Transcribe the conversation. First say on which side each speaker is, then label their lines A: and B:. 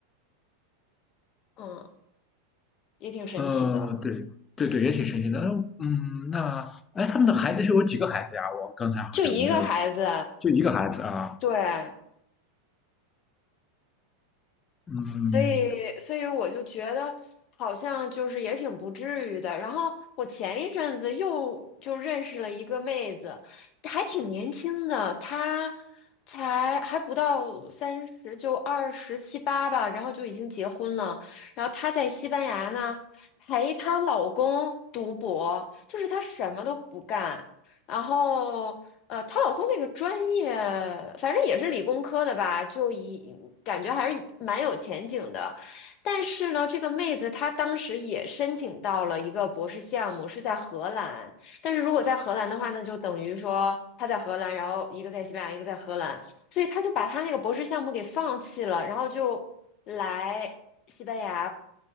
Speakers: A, on the left (about 45°); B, on the left (about 25°).
A: 嗯，也挺神奇的，
B: 呃，对对对，也挺神奇的。呃嗯，那哎，他们的孩子是有几个孩子呀？我刚才好像没有记，
A: 就一个孩子，
B: 就一个孩子啊。
A: 对，
B: 嗯，
A: 所以，所以我就觉得好像就是也挺不至于的。然后我前一阵子又就认识了一个妹子，还挺年轻的，她才还不到三十，就二十七八吧，然后就已经结婚了。然后她在西班牙呢，陪她老公读博，就是她什么都不干。然后呃，她老公那个专业，反正也是理工科的吧，就一感觉还是蛮有前景的。但是呢，这个妹子她当时也申请到了一个博士项目，是在荷兰。但是如果在荷兰的话，那就等于说她在荷兰，然后一个在西班牙，一个在荷兰，所以她就把她那个博士项目给放弃了，然后就来西班牙